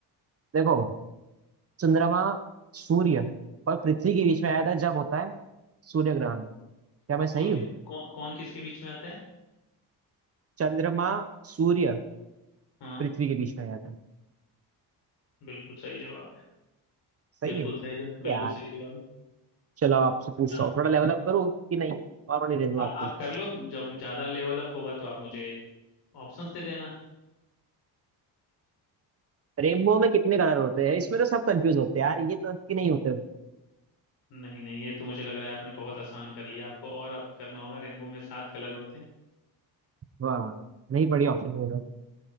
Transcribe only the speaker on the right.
देखो चंद्रमा सूर्य और पृथ्वी के बीच में आया था जब होता है सूर्य ग्रहण क्या मैं सही
हूँ
चंद्रमा सूर्य
पृथ्वी के बीच में आया था
सही
है तो
यार
चलो आपसे पूछता
हूँ थोड़ा लेवल अप करूँ कि नहीं और मनी रेनबो
आपके
लिए
रेनबो में कितने कलर होते हैं इसमें तो सब कंफ्यूज होते हैं यार ये तो कि नहीं होते
वाह नहीं पड़ी ऑप्शन में